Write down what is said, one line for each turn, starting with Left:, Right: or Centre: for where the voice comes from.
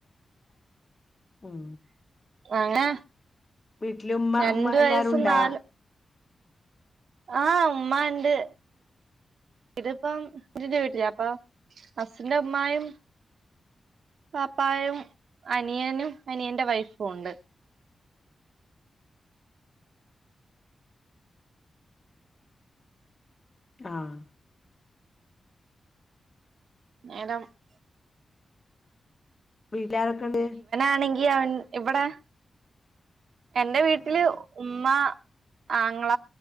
Left: ഉം
Right: അങ്ങെ
Left: വീട്ടില് ഉമ്മ
Right: രണ്ട്
Left: ഉമ്മ
Right: വയസും
Left: എല്ലാരും ഉണ്ടാ
Right: നാല് ആഹ് ഉമ്മ ഉണ്ട് ഇതിപ്പം എന്റെ വീട്ടില അപ്പൊ ഹസിന്റെ ഉമ്മായും വാപ്പായും അനിയനും അനിയന്റെ വൈഫും ഉണ്ട്
Left: ആഹ്
Right: <unintelligible>
Left: വീട്ടിലാരൊക്കെ ഉണ്ട്
Right: ആണെങ്കിൽ അവൻ ഇവിടെ എന്റെ വീട്ടില് ഉമ്മ ആങ്ങള